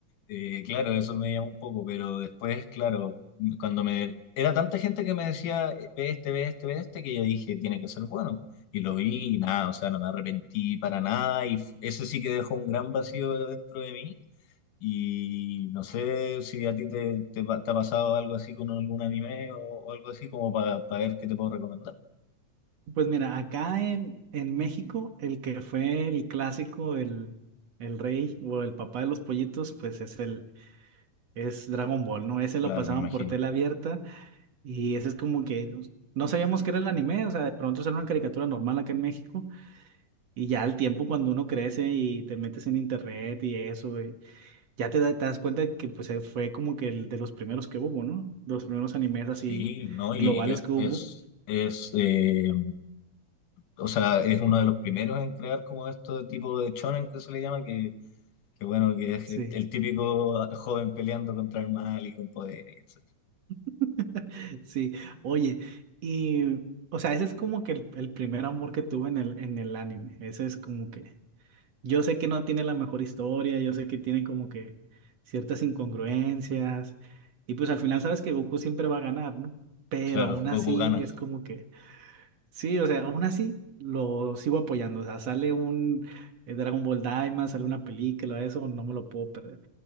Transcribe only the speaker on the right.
Pues mira, acá en, en México, el que fue el clásico, el, el rey o el papá de los pollitos, pues es el, es Dragon Ball, ¿no? Ese lo
pasaban
por tela abierta Y eso es como que pues, no sabíamos qué era el anime, o sea, de pronto era una caricatura normal acá en México. Y ya al tiempo, cuando uno crece y te metes en internet y eso, y ya te, da- te das cuenta de que pues eh, fue como que el de los primeros que hubo, ¿no? De los primeros animes así
globales
que hubo.
Sí.
<laughs> Sí, oye, y o sea, ese es como que el, el primer amor que tuve en el, en el anime. Ese es como que Yo sé que no tiene la mejor historia, yo sé que tiene como que ciertas incongruencias y pues al final sabes que Goku siempre va a ganar, ¿no? Pero
aún
así
es como que, sí, o sea, aún así lo sigo apoyando, o sea, sale un eh, Dragon Ball Daima, sale una película, eso no me lo puedo perder.